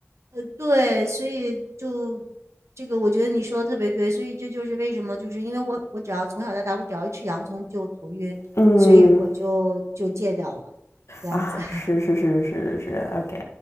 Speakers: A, on the right (about 80°); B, on the left (about 80°).
A: 呃对，所以就这个我觉得你说的特别对，所以这就是为什么就是因为我我只要从小到大我只要一吃洋葱就头晕，
B: <laughs> 嗯，
A: 所以我就就戒掉了，这样子。
B: 啊，
A: <laughs>
B: 是是是是是，OK，